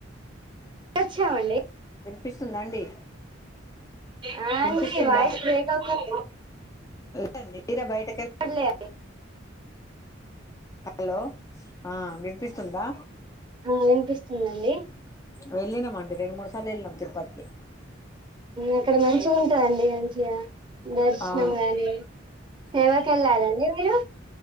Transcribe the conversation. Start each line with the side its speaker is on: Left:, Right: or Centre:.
Right: వెళ్ళోచ్చామండి
Left: వినిపిస్తుందా అండి
Right: ఆ అండి
Left: వినిపిస్తుందా
Right: వాయిస్ బ్రేక్ అవుతుంది
Left: డి మీర బయట
Right: హలో
Left: హలో ఆ వినిపిస్తుందా
Right: ఆ వినిపిస్తుందండి
Left: వెళ్ళినం అండి రెండు మూడు సార్లు వెళ్ళినాము తిరుపతికి
Right: అక్కడ మంచి ఉంటందండి మంచిగా దర్శనం
Left: అవును
Right: గాని సేవకి వెళ్ళారాండి మీరు